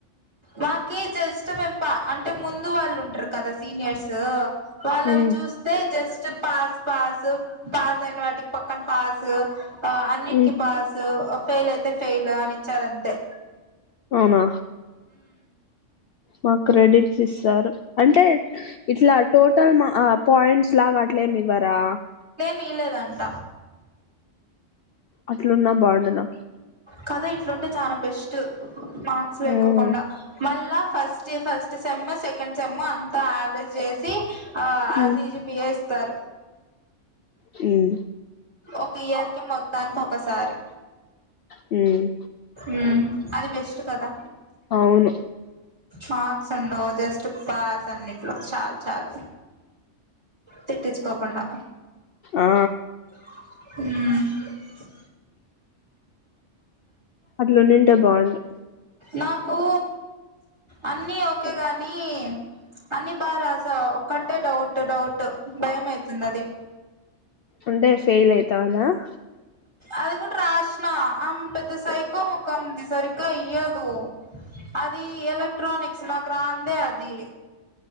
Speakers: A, on the right (about 20°); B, on the left (about 60°).
A: మాకి జస్ట్ మేం పా అంటే ముందు వాళ్ళు ఉంటారు కదా సీనియర్స్ వాళ్ళవి
B: ఉమ్,
A: చూస్తే జస్ చ పాస్ పాసు పాస్ అన్న వాటి పక్కన పాసు ఆ అన్నిటికి
B: ఉమ్,
A: పాసు ఫెయిల్ అయితే ఫెయిల్ అని ఇచ్చారు అంతే
B: అవునా మా క్రెడిట్స్ ఇస్తారు అంటే ఇట్లా టోటల్ మా ఆ పాయింట్స్ లాగా అట్లే మీవ తా
A: వీలేదంట
B: అట్లున్నా బాగుండు నాకి
A: కథ ఇట్లుంటే చానా బెస్ట్ మార్క్స్
B: ఉమ్,
A: ఎక్కకుండా మళ్ళా ఫస్ జై ఫస్ట్ సెమ్ సెకండ్ సెమ్ అంతా యావరేజ్ చేసి ఆ అజీజి
B: ఉమ్,
A: పిఎస్ తర్
B: హుమ్
A: ఒక ఇయర్ కి మొత్తానికి ఒకసారి
B: హుమ్
A: హుమ్ అది బెస్ట్ కదా
B: అవును
A: మార్క్స్ ఉండవ్ జస్ట్ పాస్ అన్నిట్లో చాలు చాలు తిట్టించుకోకుండా
B: ఆ
A: హ్మ్
B: అట్లుండింటే బాగుండు
A: నాకు అన్నీ ఒకే గాని అన్నీ బా రాస ఒక్కటే డౌట్ డౌట్ భయం ఐతుంది అది
B: ఉండే ఫైల్ ఐతా నా ఆ
A: అది కూడా రాశిన ఆమ్ పెద్ద సైకో ముఖం ది సరిగ్గా ఇయ్యదు అదీ ఎలక్ట్రానిక్ నాకురాందే అది